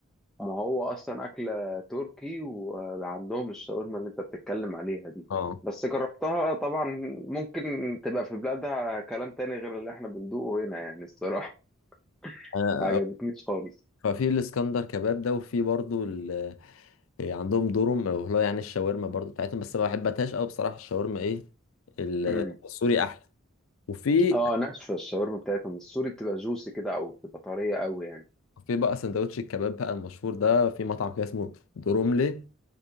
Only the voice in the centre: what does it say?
ما هو اصلا اكل آه، تركي وعندهم الشاورما اللي انت بتتكلم عليها دي
بس جربتها طبعا ممكن تبقى في بلادها كلام تاني غير اللي احنا بندوقه هنا يعني الصراحة <laughs>
ما عجبتنيش خالص
أمم.
اه ناشفة الشاورما بتاعتهم السوري بتبقى جوسي كده او بتبقى طرية قوي يعني